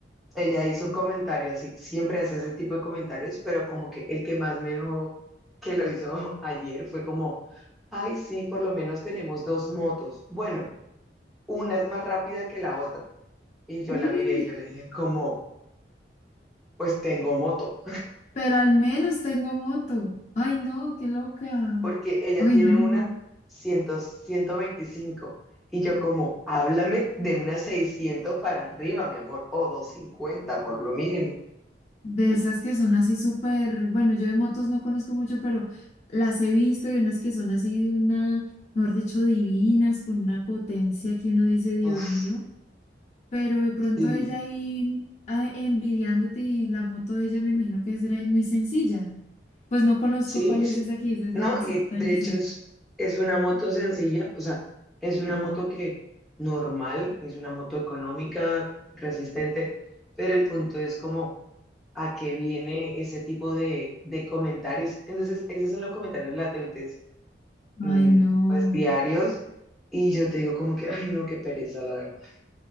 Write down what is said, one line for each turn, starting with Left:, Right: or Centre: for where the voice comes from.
Centre: ella hizo un comentario, así siempre hace ese tipo de comentarios, pero como que el que más me enojó que lo hizo <laughs> ayer fue como, ay, sí, por lo menos tenemos dos motos. Bueno, una es más rápida que la otra. Y yo
Left: Ay,
Centre: la miré y yo le dije, como, pues tengo moto,
Left: pero al menos tengo moto. Ay, no, qué loca.
Centre: <laughs> porque ella
Left: Ay,
Centre: tiene
Left: no, no,
Centre: una
Left: no.
Centre: cien, ciento veinticinco Y yo como, háblame de una 600 para arriba, mi amor, o 250 por lo mínimo.
Left: De esas que son así súper, bueno, yo de motos no conozco mucho, pero las he visto y unas que son así de una, mejor dicho, divinas, con una potencia que uno dice, Dios
Centre: Uf,
Left: mío, pero de pronto
Centre: sí
Left: ella ahí ah, envidiándote y la moto de ella me imagino que será muy sencilla. Pues no conozco
Centre: sí,
Left: cuál es
Centre: sí.
Left: esa que dices
Centre: No,
Left: de
Centre: y
Left: ciento
Centre: de
Left: veinticinco
Centre: hecho es, es una moto sencilla, o sea, es una moto que normal, es una moto económica, resistente, pero el punto es como a qué viene ese tipo de, de comentarios. Entonces, esos son los comentarios latentes, mm,
Left: Ay, no.
Centre: pues diarios, y yo te digo como que, ay, no, qué pereza, la verdad.